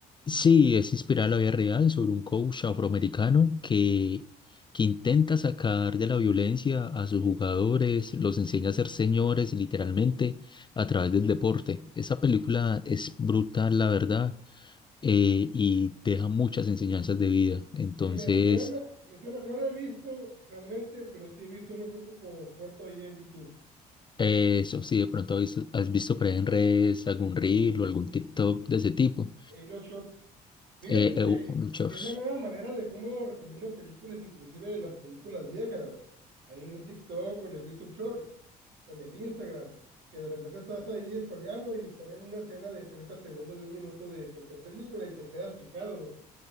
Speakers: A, on the left; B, on the right.
A: Sí, es inspirada en la vida real sobre un coach afroamericano que, que intenta sacar de la violencia a sus jugadores, los enseña a ser señores literalmente a través del deporte. Esa película es brutal, la verdad. eh, y deja muchas enseñanzas de vida. Entonces,
B: Me suena, me suena, no la he visto realmente, pero sí he visto uno que otro co- corto ahí en YouTube.
A: eh, eso, si de pronto has visto, has visto por ahí en redes algún reel o algún TikTok de ese tipo,
B: Y los shorts. Fíjate
A: eh,
B: que,
A: eh, u- un shorts.
B: que es la nueva manera de cómo recomiendan películas, inclusive las películas viejas. Ahí en el TikTok, con el YouTube Shorts, con el Instagram, que de repente estás ahí scrolleando y ponen una escena de 30 segundos, de un minuto de cualquier película y te quedas picado.